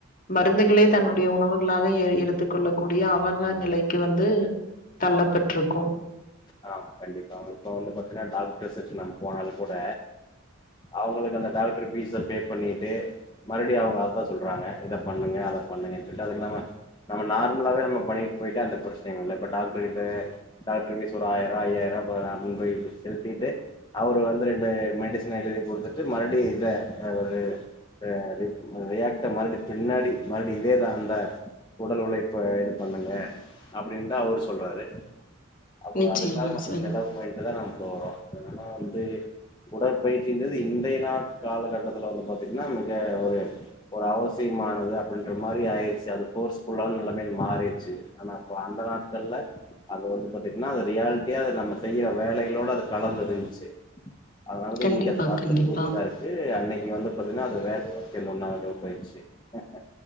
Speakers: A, on the left; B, on the left.
A: மருந்துகளே தன்னுடைய உணவுகளாக எ எடுத்துக் கொள்ளக்கூடிய அவன நிலைக்கு வந்து தள்ளப்பட்ருக்கு
B: ஆ கண்டிப்பா இப்போ வந்து பாத்தீன்னா டாக்டர்ஸ் வெச்சு நம்ம போனாலு கூட அவங்களுக்கு அந்த டாக்டர் ஃபீஸ்ஸ பே பண்ணிட்டு மறுபடியு அவங்க அதுதா சொல்றாங்க இத பண்ணுங்க அத பண்ணுங்க சொல்ட்டு அதுக்கு நாம நம்ம நார்மலாவே நம்ம பண்ணிட்டு போய்டா எந்த பிரச்சனைையும் இல்ல இப்ப டாக்டர் கிட்ட டாக்டர் ஃபீஸ் ஒரு ஆயிர ரூவா ஐயாயிர ரூவா போனா அப்டின்னு போய்டு செலுத்திட்டு அவரு வந்து ரெண்டு மெடிசன எழுதி கொடுத்துட்டு மறுபடி இதெ ஒரு அ இது மு ரியாக்ட்ட மறுபடி பின்னாடி மறுபடி இதேதா அந்த உடல் உழைப்ப இது பண்ணுங்க அப்டின்னு தா அவரு சொல்றாரு அப்புறொ
A: நிச்சயமா
B: அதுக்காக நம்ம
A: சார்
B: செலவு போயிட்டு தா நம்ம போறோ எதனா வந்து உடற்பயிற்சின்றது இந்தைய நாட் காலகட்டத்துல வந்து பாத்தீங்கன்னா மிக ஒரு ஒரு அவசியமானது அப்டின்ற மாரி ஆயடுச்சு அது ஃபோர்ஸ் ஃபுல்லா ம எல்லாமே மாறிடுச்சு ஆனா அப்ப அந்த நாட்கள்ல அது வந்து பாத்தீங்கன்னா அது ரியாலிட்டியா அது நம்ம செய்யற வேலைகலோட அது கலந்து இருந்துச்சு அதனாலதா
A: கண்டிப்பா
B: இன்னைக்கு அது வரத்துக்கு
A: கண்டிப்பா
B: <unintelligible> இருக்கு அன்னைக்கு வந்து பாத்தீங்கன்னா அது வேலையா தெரியு நா யொ போயுச்சு அ